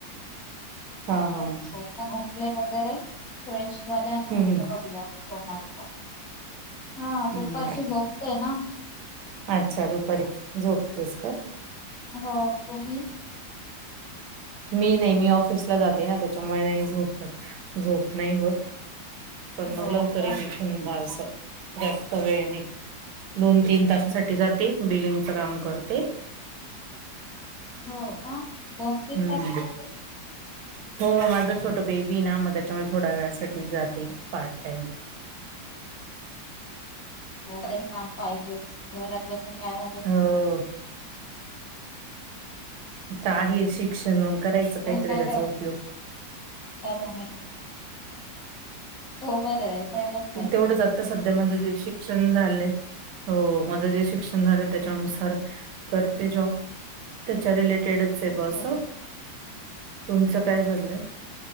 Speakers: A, on the left; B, on the right.
A: <unintelligible>
B: हा हा
A: झोप उठले वगैरे फ्रेश झाले आणि म्हटलं
B: हम्म
A: बघूया फोन आहे का? हा
B: हम्म
A: दुपारची
B: हम्म
A: झोपतयना.
B: अच्छा दुपारी झोपतेस का!
A: हो तुम्ही?
B: मी नाही मी ऑफिसला जाते ना. त्याच्यामुळे नाही झोपत झोप नाही होत. पण
A: हो
B: मग लवकर
A: का
B: तिथून अस जास्त वेळ नाही. दोन तीन तासासाठी जाते बिलिंगच काम करते
A: हो का दोन तीन
B: हम्म
A: तासासाठी
B: हो माझं छोटं बेबी ना मग त्याच्यामुळे थोड्या वेळासाठीच जाते पार्ट टाइम.
A: हो तरी काम पाहिजेच घरात बसुन जस काय आहे?
B: ह ता आहे शिक्षण मग करायचं काहीतरी
A: अजून काय
B: त्याचा
A: करता
B: उपयोग.
A: <unintelligible> हो बरं आहे कयलाच पाहिजे.
B: तेवढंच आता सध्या माझं जे शिक्षण झालंये हो माझं जे शिक्षण झाले त्याच्यानुसार करते जॉब. त्याच्या रिलेटेडच आहे. ब
A: हो,
B: असं तुमचं काय झालंय?